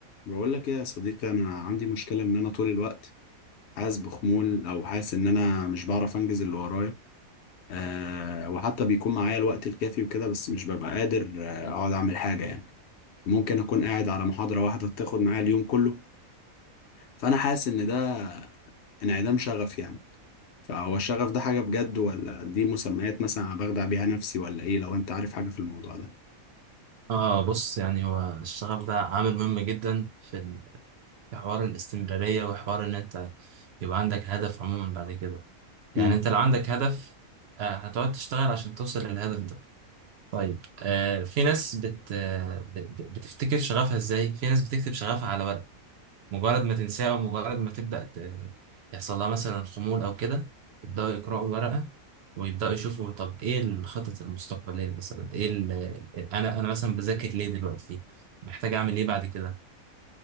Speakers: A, on the left; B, on the right.
A: بقول لك ايه يا صديقي انا عندي مشكله ان انا طول الوقت حاسس بخمول او حاسس ان انا مش بعرف انجز اللي ورايا أه وحتى بيكون معايا الوقت الكافي وكده بس مش ببقى قادر آه، اقعد اعمل حاجه يعني ممكن اكون قاعد على محاضره واحده تاخد معايا اليوم كله فانا حاسس ان ده انعدام شغف يعني فهو الشغف ده حاجه بجد ولا دي مسميات مثلا أنا بخدع بيها نفسي ولا ايه لو انت عارف حاجه في الموضوع ده
B: اه بص يعني هو الشغف ده عامل مهم جدا في ال- في حوار الاستمرارية وحوار ان انت يبقى عندك هدف عموما بعد كده يعني
A: امم
B: انت لو عندك هدف آه هتقعد تشتغل عشان توصل للهدف ده طيب آه في ناس بت آه بت- بتفتكر شغفها ازاي في ناس بتكتب شغفها على ورق مجرد ما تنساه أو مجرد ما تبدأ ت- يحصل لها مثلا خمول أو كده يبدأوا يقرأوا الورقة ويبدأوا يشوفوا طب إيه الخطط المستقبلية مثلا إيه ال- أنا أنا مثلا بذاكر ليه دلوقتي محتاج أعمل إيه بعد كده